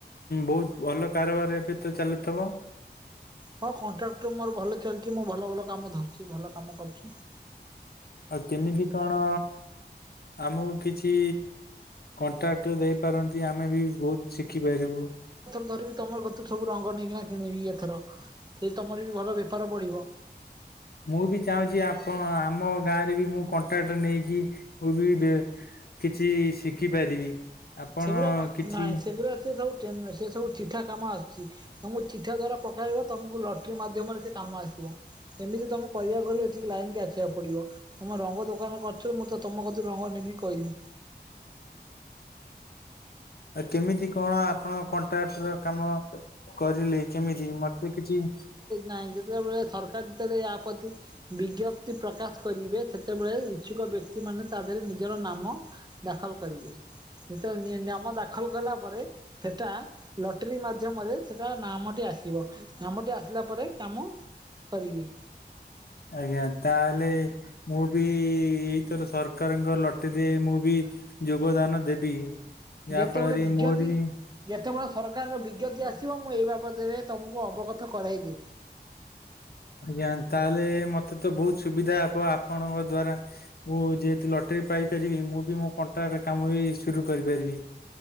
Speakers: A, on the left; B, on the right.
A: ବହୁତୁ ଭଲ କାରବାର ଏବେ ତ ଚାଲୁଥିବ?
B: ହଁ କଣ୍ଟ୍ରାକ୍ଟ ର ମୋର ଭଲ ଚାଲିଚି ମୁଁ ଭଲ ଭଲ କାମ ଧରିଚି ଭଲ କାମ କରୁଚି।
A: ଆଉ କେମିତି କଣ ଆମ କିଛି କଣ୍ଟ୍ରାକ୍ଟ ଦେଇପାରନ୍ତି ଆମେ ବି ବହୁତୁ ଶିଖିପାରିବୁ।
B: ଧରିବିି ତମର କତୁ ସବୁ ରଙ୍ଗ ନେଇକିନା କିଣିବି ଏଥର ସେ ତମର ବି ଭଲ ବେପାର ବଢିବ।
A: ମୁଁ ବି ଚାହୁଁଚି ଆପଣ ଆମ ଗାଁ ରେ ବି ମୁଁ କଣ୍ଟ୍ରାକ୍ଟ ନେଇକି ମୁ ବି କିଛି ଶିଖିପାରିବି। ଆପଣ
B: ସେଗୁଡା କଣ
A: କିଛି
B: ନାଇଁ ସେଗୁଡ଼ା ସେ ସବୁ ସେ ସବୁ ଚିଠା କାମ ଆସୁଛି। ତମକୁ ଚିଠା ଦଵାରା ପକେଇବ ତମକୁ ଲଟ୍ରି ମାଧ୍ୟମରେ ସେ କାମ ଆସିବ। ଏମିତି ତମେ କରିବାକୁ ଗଲେ ଏଠିକି ତମକୁ ଲାଇନ୍ କୁ ଆସିବାକୁ ପଡିବ। ତମେ ରଙ୍ଗ ଦୋକାନରେ କରିଛ ମୁଁ ତ ତମ କତିରୁ ରଙ୍ଗ ନେବି କହିଲି।
A: ଆଉ କେମିତି କଣ ଆ ଆପଣ କଣ୍ଟ୍ରାକ୍ଟର କାମ କରିଲେ କେମିତି ମତେ କିଛି
B: ନହିଁ ଯେତେବେଳେ ସରକାର ଯେତେବେଳେ ଆପତ୍ତି ବିଜ୍ଞପ୍ତି ପ୍ରକାଶ କରିବେ ସେତେବେଳେ ଇଚ୍ଛୁକ ବ୍ୟକ୍ତି ମାନେ ତା ଦେହରେ ନିଜର ନାମ ଦାଖଲ କରିବେ। ଯେତେବେଳେ ନିମ ଦାଖଲ କଲା ପରେ ସେଟା ଲଟେରି ମାଧ୍ୟମରେ ସେଟା ନାମଟି ଆସିବ, ନାମଟି ଆସିଲା ପରେ କାମ କରିବି।
A: ଆଜ୍ଞା ତାହେଲେ ମୁଁ ବି ଏଇଥର ସରକାରଙ୍କ ଲଟେରୀରେ ମୁଁ ବି ଯୋଗଦାନ ଦେବି। ଯାହା
B: ଯେତେବେଳେ
A: ଫଳରେ
B: ବିଜ୍ଞପ୍ତି
A: ମୋର ବି
B: ଯେତେବେଳେ ସରକାରର ବିଜ୍ଞପତି ଆସିବ ମୁଁ ଏଇ ବାବଦରେ ତମକୁ ଅବଗତ କରାଇ ଦେବି।
A: ଆଜ୍ଞା ତାହେଲେ, ମତେ ତ ବୋହୁତ୍ ସୁବିଧା ହବ ଆପଣଙ୍କ ଦ୍ଵାରା? ମୁଁ ଯେହେତୁ ଲଟେରୀ ପାଇପାରିବି ମୁଁ ବି ମୋ କଣ୍ଟ୍ରାଟ କାମ ବି ସୁରୁ କରିପାରିବି।